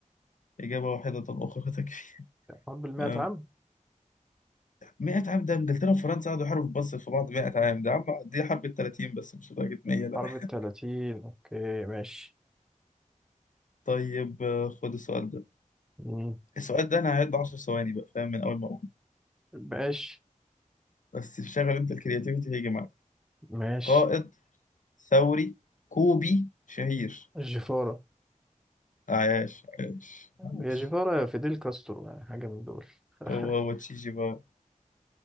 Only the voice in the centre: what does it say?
حرب المائة
عام
حرب الثلاثين اوكي ماشي
مم.
ماشي
ماشي
الجفاره
يا
جيفارا يا فيديل كاسترو يعني حاجة من دول <laughs>